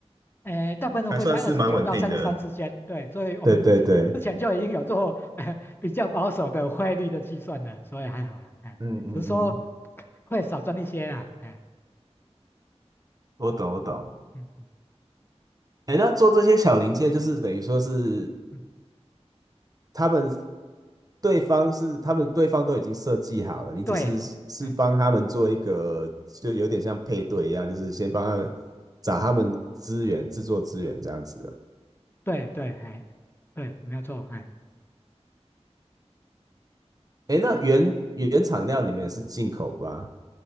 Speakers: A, on the left; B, on the right.
A: 诶，大部分会在二十九到三十三之间，
B: <laughs> 还算是蛮稳定的。
A: 对，所以我们
B: 对对对，
A: 之前就已经有做呃比较保守的汇率的计算了，所以还好了，哎，
B: 嗯嗯嗯，
A: 只是说会少赚一些啦，哎，
B: 我懂我懂。
A: 嗯嗯
B: 哎，那做这些小零件，就是等于说是
A: 嗯，
B: 他们对方是他们对方都已经设计好了，你只是是帮他们做一个，
A: 对，哎，
B: 就有点像配对一样，就是先帮他们找他们资源，制作资源这样子的。
A: 对对，哎，对，没有错，哎，
B: 哎，那原原厂料你们也是进口吧？